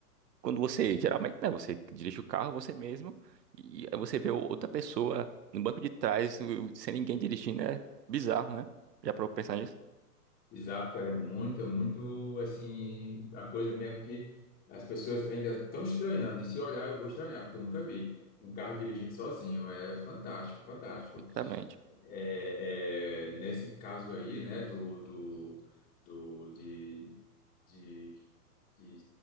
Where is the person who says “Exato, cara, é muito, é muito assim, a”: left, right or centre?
Left